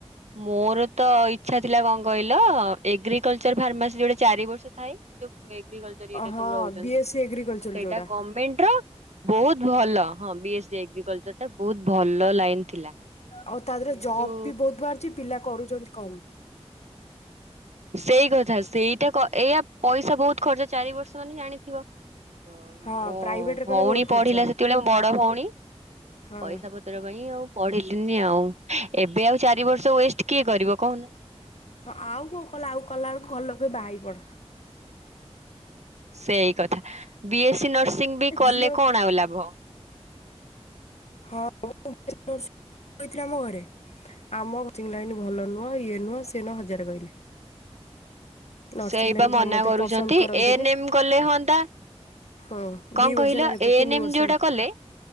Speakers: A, on the right (about 80°); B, on the left (about 75°).
A: ମୋର ତ ଇଚ୍ଛା ଥିଲା କଣ କହିଲ ଏଗ୍ରିକଲଚର ଫାର୍ମାସି ଯୋଡେ ଚାରି ବର୍ଷ ଥାଏ ଏଇ ଯୋଉ ଏଗ୍ରିକଲଚର ଇରି
B: ହଁ
A: ସବୁ ରହୁଛନ୍ତି
B: ବି ଏସ୍ ସି ଏଗ୍ରିକଲଚର
A: ସେଇଟା
B: ଯୋଉଟା
A: ଗଣ୍ ପେଣ୍ଡ୍ର ବହୁତ୍ ଭଲ ହଁ ବି ଏସ ସି ଏଗ୍ରିକଲଚର ଟା ବହୁତ ଭଲ ଲାଇନ ଥିଲା କିନ୍ତୁ
B: ଆଉ ତା ଦେହରେ ଜବ୍ ବି ବହୁତ ବାହାରିଛି ପିଲା କରୁଛନ୍ତି କମ୍
A: ସେଇ କଥା ସେଇଟା କ ଏଇଆ ପଇସା ବହୁତ ଖର୍ଚ୍ଚ ଚାରି ବର୍ଷ ମାନେ ଜାଣିଥିବ ତ
B: ହଁ
A: ମୋ
B: ପ୍ରାଇଭେଟ ରେ
A: ଭଉଣୀ
B: କଲେ ବହୁତ
A: ପଢିଲା
B: ଖର୍ଚ୍ଚ
A: ସେତବେଳେ ବଡ ଭଉଣୀ
B: ହଁ
A: ପଇସା ପ ପତ୍ର ପାଇଁ ଆଉ ପଢିଲିନି ଆଉ ଏବେ ଆଉ ଚାରି ବର୍ଷ ୱେଷ୍ଟ କିଏ କରିବ କହୁନା
B: ହଁ ଆଉ କଣ କଲା ଆଉ କଲା ବେଳକୁ ଘରଲୋକ ବାହା ହେଇ ପଡ
A: ସେଇ କଥା ବି ଏସ୍ ସ ନର୍ସିଂ ବି କଲେ
B: ଝିଅ
A: କଣ ଆଉ ଲାଭ
B: ହଁ ମୁଁ କହିଥିଲି <inaudible> ଆମ ଘରେ ଆମି <inaudible> ଲାଇ ଭଲ ନୁଁ। ହଁ ଇଏ ନୁହଁ ସେ ନୁହଁ ହଜାର କହିଲେ। ନର୍ସିଂ
A: ସେଇ
B: ଲାଇନ
A: ବା ମନା
B: ସମସ୍ତେ
A: କରୁଛନ୍ତି
B: ପସନ୍ଦ କରନ୍ତିନି
A: ଏନେମ କଲେ ହୁଅନ୍ତା।
B: ହଁ
A: କଣ
B: ଦି ବର୍ଷ
A: କହିଲ
B: ନା କେତେ
A: ଏ
B: ତିନି
A: ଏନ୍ ଏମ୍
B: ବର୍ଷ
A: ଯୋଉଁଟା
B: ନା
A: କଲେ।